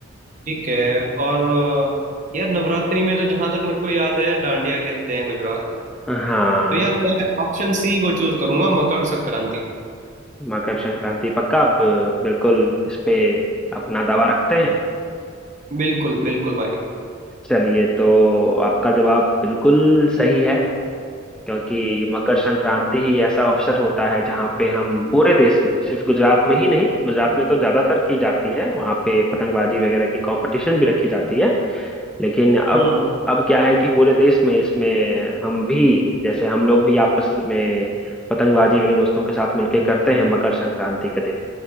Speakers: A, on the right; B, in the centre.
A: ठीक है और अ, यार नवरात्रि में तो जहां तक मेरे को याद है डांडिया खेलते हैं गुजरात में
B: हाँ
A: तो यार मैं ऑप्शन सी को चूज करूंगा मकर संक्रांति
B: मकर संक्रांति पक्का आप बिल्कुल इस पे अपना दावा रखते हैं
A: बिल्कुल बिल्कुल भाई
B: चलिए तो आपका जवाब बिल्कुल सही है क्योंकि मकर संक्रांति ही ऐसा अवसर होता है जहाँ पे हम पूरे देश में सिर्फ गुजरात में ही नहीं गुजरात में तो ज्यादातर की जाती है वहाँ पे पतंगबाजी वगैरह की कंपटीशन भी रखी जाती है लेकिन अब
A: हम्म
B: अब क्या है कि पूरे देश में इसमें हम भी जैसे हम लोग भी आपस में पतंगबाजी वगैरह दोस्तों के साथ मिलके करते हैं मकर संक्रांति के दिन